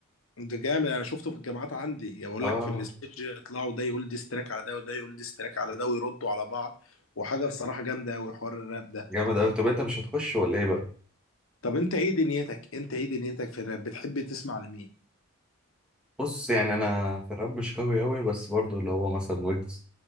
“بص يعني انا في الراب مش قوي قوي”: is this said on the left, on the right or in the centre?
Centre